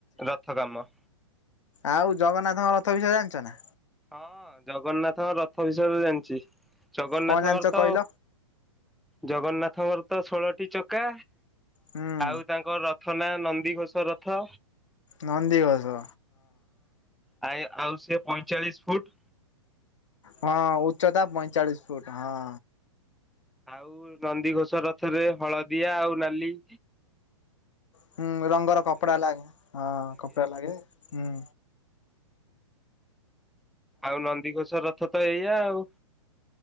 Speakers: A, in the centre; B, on the left (about 70°).
A: ରଥ କାମ।
B: ଆଉ ଜଗନ୍ନାଥଙ୍କ ରଥ ବିଷୟରେ ଜାଣିଚ ନା।
A: ହଁ ଜଗନ୍ନାଥଙ୍କ ରଥ ବିଷୟରେ ଜାଣିଚି। ଜଗନ୍ନାଥଙ୍କର
B: କଣ ଜାଣିଛ
A: ତ
B: କହିଲ?
A: ଜଗନ୍ନାଥଙ୍କର ତ ଷୋଳଟି ଚକା।
B: ହୁଁ
A: ଆଉ ତାଙ୍କ ରଥନା ନନ୍ଦି ଘୋଷ ରଥ।
B: ନନ୍ଦିଘୋଷ।
A: ଆ ଆଉ ସେ ପୁଣି। ଚାଳିଶ ଫୁଟ୍।
B: ହଁ ଉଚ୍ଚତା ପଇଁଚାଳିଶ ଫୁଟ। ହଁ।
A: ଆଉ ନନ୍ଦିଘୋଷ ରଥରେ ହଳଦିଆ ଆଉ ନାଲି।
B: ହୁଁ ରଙ୍ଗର କପଡା ଲାଗେ ହଁ କପଡା ଲାଗେ ହୁଁ।
A: ଆଉ ନନ୍ଦିଘୋଷର ଥ ତ ଏଇଆ ଆଉ